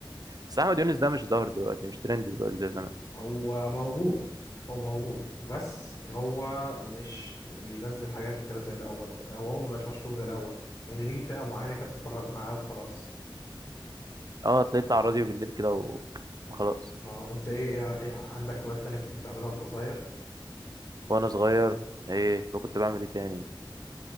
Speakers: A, on the right; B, on the left.
A: بس احمد يونس ده مش ظاهر دلوقتي مش ترند دلوقتي زي زمان
B: هو موجود هو موجود بس هو مش بينزل حاجات كتيرة زي الأول أو هو مبقاش مشهور زي الأول يعني ليه فئة معينة كده بتتفرج معاه وخلاص
A: اه طلعت على الراديو بالليل كده و- وخلاص
B: ما هو أنت إيه إيه إيه عندك هوايات تانية كنت بتعملها وأنت صغير؟
A: وانا صغير ايه وكنت بعمل ايه تاني